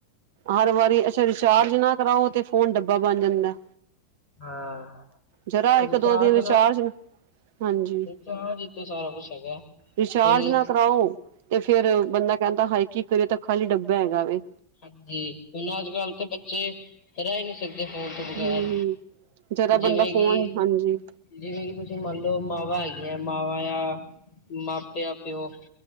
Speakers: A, on the right (about 50°); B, on the left (about 40°).
A: ਹਰ ਵਾਰੀ ਅੱਛਾ ਰਿੀਚਾਰਜ ਨਾ ਕਰਾਓ ਤੇ ਫੋਨ ਡੱਬਾ ਬਣ ਜਾਂਦਾ
B: ਹਾਂ
A: ਜਰਾ
B: ਅਜੇ
A: ਇੱਕ ਦੋ
B: ਚਾਰ ਦਿਨ
A: ਰਿਚਾਰਜ ਹਾਂਜੀ
B: ਹਾਂ ਜਿੱਥੋਂ ਸਾਰਾ ਕੁਛ ਹੈਗਾ
A: ਰਿਚਾਰਜ
B: ਹੁਣ
A: ਨਾ ਕਰਾਓ ਤੇ ਫੇਿਰ ਬੰਦਾ ਕਹਿੰਦਾ ਹਾਈਕਿੰਗ ਕਰਿਓ ਤਾਂ ਖਾਲੀ ਡੱਬਾ ਹੈਗਾ ਵ
B: ਹਾਂਜੀ ਹੁਣ ਅੱਜ ਕੱਲ ਤੇ ਬੱਚੇ ਰਹਿ ਨਹੀਂੀ ਸਕਦੇ ਤੇ ਫੋਨ ਤੋਂ ਬਗ਼ੈਰ,
A: ਹੂੰ। ਜਰਾ
B: ਜਿਵੇਂ
A: ਬੰਦਾ
B: ਕਿ
A: ਫੋਨ ਹਾਂਜੀ
B: ਜਿਵੇਂ ਕਿ ਤੁਸੀਂ ਮੰਨ ਲਓ ਮਾਵਾਂ ਹੈਗੀਆਂ, ਮਾਵਾਂ ਯਾ ਮਾਪਿਆ, ਪਿਓ